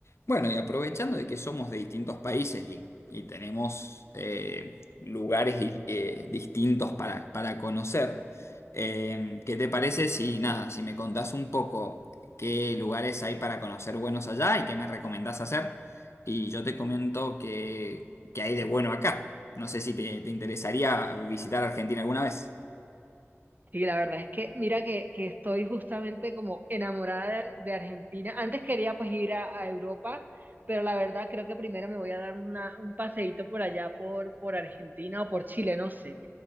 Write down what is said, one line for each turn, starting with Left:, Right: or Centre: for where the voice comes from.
Left: Bueno, y aprovechando de que somos de distintos países y, y tenemos eh, lugares y- eh, distintos para, para conocer, eh, ¿qué te parece si nada, si me contás un poco qué lugares hay para conocer buenos allá y qué me recomendás hacer? Y yo te comento qué, qué hay de bueno acá. No sé si te, te interesaría visitar Argentina alguna vez.
Right: Sí, la verdad es que mira que, que estoy justamente como enamorada de, de Argentina. Antes quería pues ir a, a Europa, pero la verdad creo que primero me voy a dar una- un paseíto por allá por, por Argentina o por Chile, no sé.